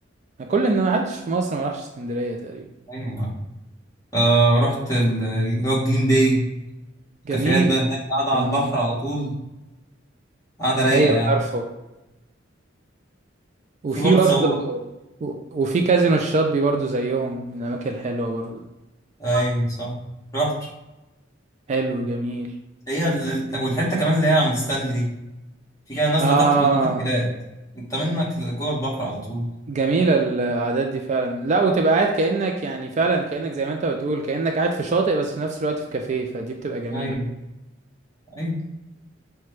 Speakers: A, on the right; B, on the left.
A: كل ان ما حدش في مصر ما راحش اسكندريه تقريبا
B: ايوه آه رحت ال- اللي هو الجليم باي
A: جميل
B: كافيهات بقى هناك قاعده
A: جدا
B: على البحر على طول قاعده رايقه
A: آه. ايوه
B: يعني
A: عارفه وفي
B: في برضه
A: برضه
B: زوق
A: و- وفي كازينو الشاطبي برضه زيهم من الاماكن الحلوه برضه
B: ايوه صح رحت
A: حلو جميل
B: هي ال- ال- والحته كمان اللي هي عند ستانلي دي في كده نازله
A: اه
B: تحت كلها تفجيرات انت منك جوه البحر على طول
A: جميله القعدات دي فعلا لا وتبقى قاعد كانك يعني فعلا كانك زي ما انت بتقول كانك قاعد في شاطئ بس في نفس الوقت في كافيه فدي بتبقى جميله
B: ايوه ايوه